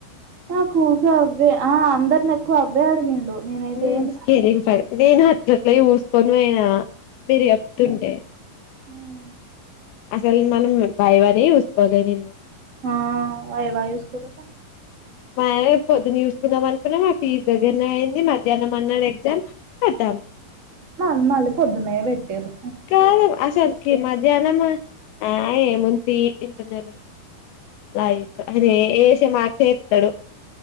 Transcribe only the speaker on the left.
ఉ
సేర నిన్ అట్ అట్లట్ల చూస్కొని అయినా మీరు చెప్తుంటే
అసలు మనం వైవనే చూసుకోలే నిన్న
మానే పొద్దున చూసుకుందాం అనుకున్నా మా ఫీజ్ దగ్గరనే అయింది ది మధ్యానం అన్నాడు ఎగ్జామ్ కతం
కాదు అసల్కి మధ్యాహ్నం ఆ ఏముంది ఇంటర్నల్ ఏ లైట్ అయన వేసే మార్క్ ఎస్తాడు